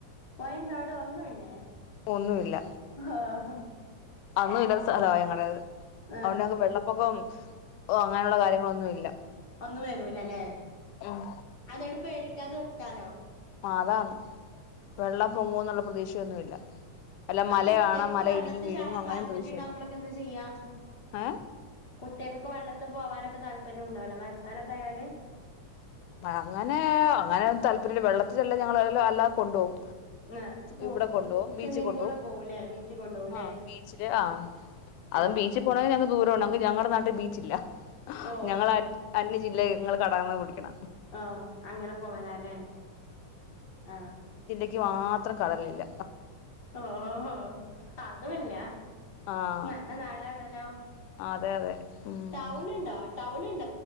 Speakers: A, on the left; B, on the left.
A: പയെന്താ അവിടെ ഒന്നുവില്ലേ
B: ഒന്നുമില്ല
A: ആഹ്
B: അന്നും ഇല്ലാത്ത സ്ഥലവാ ഞങ്ങടേത് അതുകൊണ്ട്
A: ആഹ്
B: ഞങ്ങക്ക് വെള്ളപ്പൊക്കം അങ്ങനെയുള്ള കാര്യങ്ങളൊന്നും ഇല്ല
A: ഒന്നും വരൂലലെ
B: ഉം
A: അതോണ്ട് പേടിക്കാതെ ക്കാലോ
B: അതാണ് വെള്ളം പൊങ്ങുവെന്നുള്ള പ്രതീക്ഷയൊന്നുമില്ല അല്ല
A: അപ്പം
B: മല
A: കുട്ടികൾക്കൊക്കെ
B: കാണാം മല
A: വെള്ളത്തിൽ
B: ഇടിഞ്ഞു വീഴും
A: ചാടാൻ
B: അങ്ങനെ
A: താല്പര്യം
B: പ്രതീക്ഷയില്ല
A: ഉണ്ടകുമ്പോളൊക്കെ എന്താ ചെയ്യാ
B: ഏ
A: കുട്ടികൾക്കൊക്കെ വെള്ളത്തി പോവാനൊക്കെ താല്പര്യം ഉണ്ടാവില്ലെ മഴക്കാലൊക്കെ ആയാല്
B: അങ്ങനെ അങ്ങനെ താല്പര്യം വെള്ളത്തിലെല്ലാം ഞങ്ങൾ അല്ലാതെ കൊണ്ട്പോകും
A: ആഹ് കു
B: ഇവിടെ കൊണ്ടു പോകും
A: സ്വിമ്മിംഗ്
B: ബീച്ച് കൊണ്ടുപോവും
A: പൂള് പോവുംല്ലേ ബീച്ചിൽ കൊണ്ടോവുംല്ലേ
B: ആ ബീച്ചില് ആഹ് അതും
A: ആഹ്
B: ബീച്ചിൽ പോകണമെങ്കിൽ ഞങ്ങക്ക് ദൂരാണ് ഞങ്ങക്ക് ഞങ്ങളുടെ നാട്ടിൽ ബീച്ചില്ല
A: ഓഹ്
B: ഞങ്ങള് അന്യ ജില്ലയി ങ്ങൾ കടാന്ന പിടിക്കണ
A: ആ അങ്ങനെ പോവലാലേ ആ
B: ക്ക് മാത്രം കടലില്ല
A: ഓ ഹോ അതുല്ല
B: ആഹ്
A: നല്ല നാടാണല്ലോ
B: അതെ അതെ ഉം
A: ടൗണിണ്ടോ ടൗൺ ണ്